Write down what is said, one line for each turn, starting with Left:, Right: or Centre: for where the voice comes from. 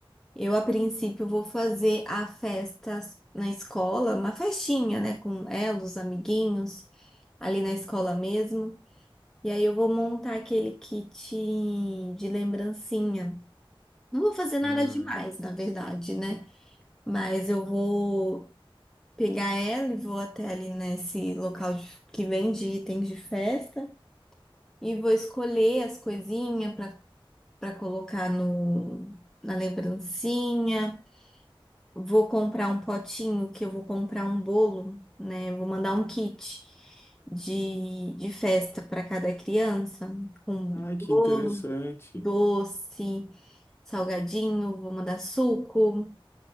Centre: Eu, a princípio, vou fazer a festa na escola, uma festinha, né, com ela, os amiguinhos, ali na escola mesmo. E aí eu vou montar aquele kit de lembrancinha. Não vou fazer nada
Left: Ah,
Centre: demais, na verdade, né? Mas eu vou pegar ela e vou até ali nesse local de- que vende itens de festa e vou escolher as coisinhas para para colocar no, na lembrancinha. Vou comprar um potinho que eu vou comprar um bolo, né? Vou mandar um kit de, de festa para cada criança com
Left: Ai, que
Centre: bolo,
Left: interessante.
Centre: doce, salgadinho, vou mandar suco.